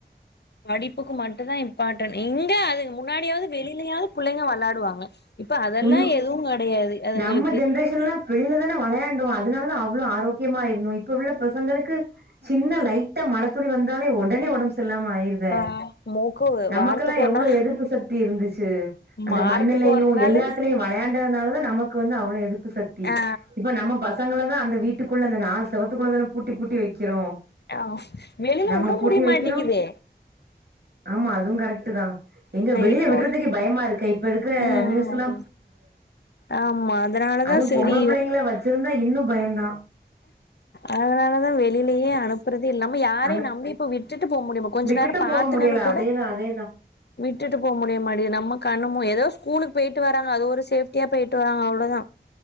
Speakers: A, on the left; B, on the right.
A: படிப்புக்கு மட்டும் தா இம்பார்டன்ட் இங்க அதுக்கு முன்னாடியாவது வெளியிலயாவது புள்ளிங்க வெளாடுவாங்க இப்ப அதெல்லா
B: உண்
A: எதும் கெடையாது அதுங்களுக்கு
B: நம்ம ஜென்ரேஷன்லாம் வெளில தானே வெளாண்டோ அதனாலதா அவ்ளோ ஆரோக்கியமா இருந்தோ இப்ப உள்ள பசங்களுக்கு சின்ன லைட்டா மழ துளி வந்தாலே ஒடனே ஒடம்பு செரில்லாம ஆயு இந்த
A: ஆ மூக்கு
B: நமக்கெல்லா
A: வாரத்துக்கு
B: எவ்ளோ
A: ஒரு நாள்
B: எதிர்ப்பு சக்தி இருந்துச்சு அந்த
A: வாரத்துக்கு
B: மண்ணிலயு
A: ஒரு நாளு
B: எல்லாத்திலையு வெளையாண்டதுனால தா நமக்கு வந்து அவ்ளோ எதிர்புசக்தி
A: ஆ
B: இப்ப நம்ம பசங்கள தா அந்த வீட்டு வீட்டுக்குள்ள அந்த நாலு செவத்துக்குள்ளதானே பூட்டி பூட்டி வைக்கிறோ
A: ஆஹ் வெளியில
B: நம்ம
A: உட
B: பூட்டி
A: முடிய
B: வைக்கிறோ
A: மாட்டிங்க்குது
B: ஆமா அது கரெக்ட் தா தா எங்க வெளியில
A: இப்போ
B: விடுறதுக்கே பயமா இருக்கே இப்ப இருக்கிற
A: ம்
B: நியூஸ்
A: ஆமா அதனாலதா
B: அதுவு
A: செரி
B: பொம்பள புள்ளைங்கள <unintelligible> இன்னு பயந்தா
A: அதனாலதா வெளியிலேயே அனுப்புறதே இல்லாம யாரையு
B: ஆனா
A: நம்பி இப்ப விட்டுட்டு போ முடியுமா கொஞ்சு
B: விட்டுட்டு
A: நேரோ பாத்துங்கன்னு
B: போக முடியல
A: கூட
B: அதேதா அதேதா
A: விட்டுட்டு போக முடிய மாடிங்குது நம்ம கண்ணு மு ஏதோ ஸ்கூலுக்கு போயிட்டு வராங்க அது ஒரு சேப்டியா போயிட்டு வராங்க அவ்ளோதா